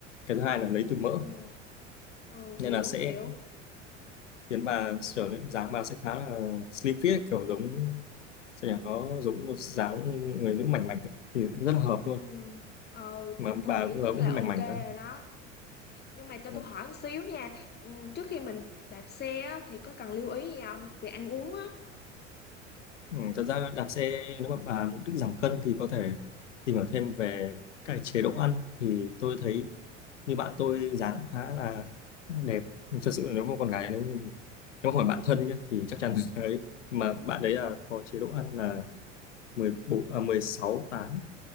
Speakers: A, on the left; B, on the left.
A: cái thứ hai là lấy
B: ok
A: từ mỡ
B: ừ hiểu
A: nên là sẽ
B: hiểu
A: khiến bà trở nên dáng bà sẽ khá là slim fit kiểu giống sao nhỉ nó giống một dáng người nữ mảnh mảnh ấy. thì rất là hợp
B: Ừm,
A: luôn
B: ờ
A: mà
B: tôi
A: bà
B: nghĩ
A: bây giờ
B: chắc
A: cũng
B: là
A: hơi
B: ok
A: mảnh mảnh
B: rồi
A: nữa
B: đó nhưng mà cho
A: đúng
B: tôi
A: không?
B: hỏi một xíu nha Ừm, trước khi mình đạp xe á thì có cần lưu ý gì không về ăn uống á
A: Ừ, thật ra đạp xe nếu mà bà mục đích giảm cân thì có thể tìm hiểu thêm về cái chế độ ăn thì tôi thấy như bạn tôi dáng cũng khá là đẹp thật sự nếu mà con gái nếu mà- nếu mà hỏi bạn thân nhé thì chắc chắn <laughs> ấy mà bạn đấy là có chế độ ăn là 14 à, 16 tám